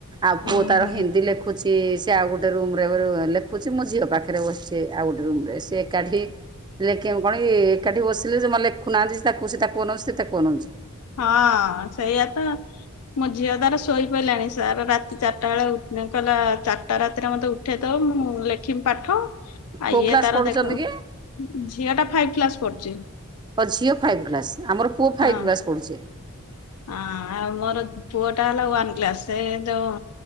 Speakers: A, on the right; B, on the left.
A: ଆଉ
B: ଓହୋ।
A: ପୁଅ ତାର ହିନ୍ଦୀ ଲେଖୁ ଲେଖୁଛି ସେ ଆଉ ଗୋଟେ ରୁମ ରେ ଲେଖୁଛି ମୋ ଝିଅ ପାଖରେ ବସିଛି ଆଉ ଗୋଟେ ରୁମ୍ ରେ ସିଏ ଏକାଠି ଲେଖିମ କଣ ଏ ଏକାଠି ବସିଲ ଯେଉମାନେ ଲେଖୁନାହାନ୍ତି ତା କହୁ ସେ ତା କୁହଉ ସେ ତା କୁହେଉଛି
B: ହଁ ସେଇଆ ତ ମୋ ଝିଅ ତାର ଶୋଇ ପରିଲାଣି ସାର ରାତି ଚାରିଟା ବେଳେ ଉଠୁ କହିଲା ଚାରିଟା ରାତିରେ ମତେ ଉ ଉଠେଇ ଦେବ ତ ମୁଁ ଲେଖିମି ପାଠ। ଆଉ
A: କୋଉ
B: ଇଏ
A: କ୍ଲାସ୍
B: ତାର
A: ପଢୁଛନ୍ତି
B: ଦେଖ
A: କି?
B: ଝିଅ ଟା ଫାଇଭ କ୍ଲାସ ପଢୁଛି।
A: ହ ଝିଅ ଫାଇଭ୍ କ୍ଲାସ୍ ଆମର ପୁଅ ଫାଇଭ୍
B: ହଁ।
A: କ୍ଲାସ୍ ପଡ଼ୁଛି।
B: ହଁ ଆଉ ମୋର ପୁଅ ଟା ହେଲା ୱାନ କ୍ଲାସ ସେ ଯୋଉ